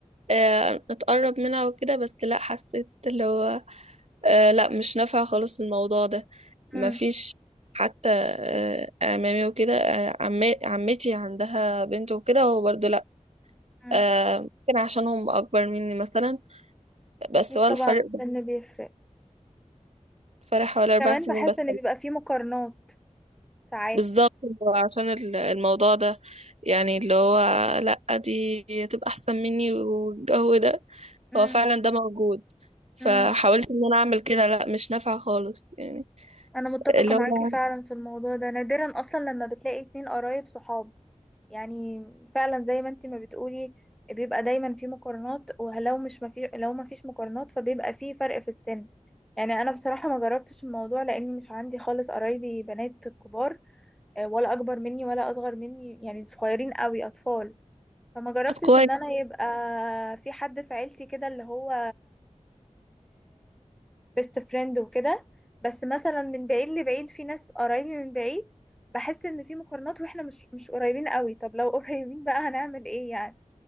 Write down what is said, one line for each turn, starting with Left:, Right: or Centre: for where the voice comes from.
Right: آه، أتقرب منها وكده بس لا حسيت اللي هو آه لا مش نافع خالص الموضوع ده
Centre: مم.
Right: مفيش حتى آه أمامي وكده آه عم- عمتي عندها بنت وكده هو برضه لا
Centre: مم.
Right: آه ممكن عشان هم أكبر مني مثلا بس
Centre: اكيد
Right: هو
Centre: طبعا
Right: الفرق
Centre: السن بيفرق
Right: فرق حوالي
Centre: وكمان
Right: أربع سنين
Centre: بحس
Right: بس
Centre: ان بيبقى فيه مقارنات ساعات
Right: بالظبط هو عشان ال- الموضوع ده يعني اللي هو لا دي تبقى أحسن مني والجو ده
Centre: مم.
Right: هو فعلا ده موجود فحاولت
Centre: مم.
Right: إن أنا أعمل كده لا مش نافع خالص يعني
Centre: انا متفقة
Right: اللي
Centre: معاكي
Right: هو
Centre: فعلا في الموضوع ده نادرا اصلا لما بتلاقي اتنين قرايب صحاب يعني فعلا زي ما انتي ما بتقولي بيبقى دايما في مقارنات ولو مش مفي... لو ما فيش مقارنات فبيبقى في فرق في السن يعني انا بصراحة ما جربتش الموضوع لاني مش عندي خالص قرايبي بنات كبار آه، ولا اكبر مني ولا اصغر مني يعني صغيرين قوي اطفال فما جربتش
Right: طب كويس
Centre: ان انا يبقى في حد في عيلتي كده اللي هو بيست فريند وكده بس مثلا من بعيد لبعيد في ناس قرايبي من بعيد بحس ان في مقارنات واحنا مش مش قريبين قوي طب لو <laughs> قريبين بقى هنعمل ايه يعني